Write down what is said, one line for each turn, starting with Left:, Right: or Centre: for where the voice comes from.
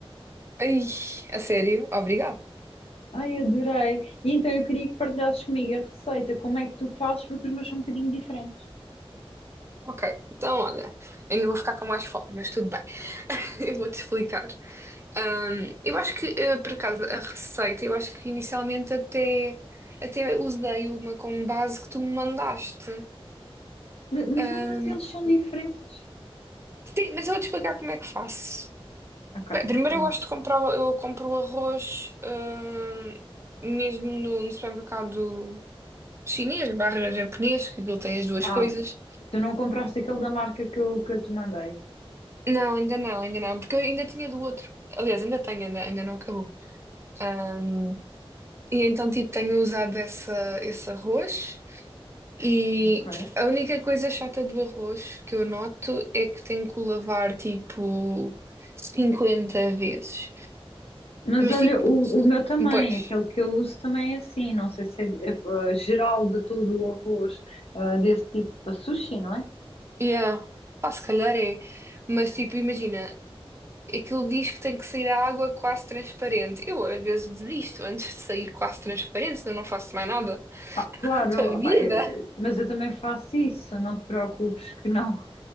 Right: Ai, a sério? Obrigado.
Left: Ai, adorei. E então eu queria que partilhasses comigo a receita, como é que tu fazes, porque os meus são um bocadinho diferentes.
Right: Ok, então olha, ainda vou ficar com mais fome, mas tudo bem. <laughs> Eu vou-te explicar. Ahm, eu acho que, eh, por acaso, a receita, eu acho que inicialmente até, até usei uma como base que tu me mandaste.
Left: Ma- Mas
Right: Ahm,
Left: mesmo assim eles são diferentes.
Right: sim, mas eu vou-te explicar como é que faço.
Left: Ok,
Right: Bem, primeiro
Left: então.
Right: eu gosto de comprar, eu compro o arroz hum, mesmo no, no supermercado chinês barra japonês, que ele tem as duas
Left: Ah,
Right: coisas.
Left: tu não compraste aquele da marca que eu, que eu te mandei.
Right: Não, ainda não, ainda não, porque eu ainda tinha do outro. Aliás, ainda tenho, ainda, ainda não acabou. Hum, e então, tipo, tenho usado essa, esse arroz e
Left: Ok.
Right: a única coisa chata do arroz que eu noto é que tenho que o lavar, tipo, 50 vezes.
Left: Mas
Right: Mas,
Left: olha,
Right: tipo,
Left: o, o meu também,
Right: pois.
Left: aquele que eu uso também é assim, não sei se é, é, eh, geral de todo o arroz eh, desse tipo para sushi, não é?
Right: Yeah. Pá, se calhar é. Mas tipo, imagina, aquilo diz que tem que sair a água quase transparente. Eu às vezes desisto antes de sair quase transparente, senão não faço mais nada
Left: Claro,
Right: <laughs> da vida.
Left: opá, eh, eh, mas eu também faço isso, não te preocupes que não. <laughs>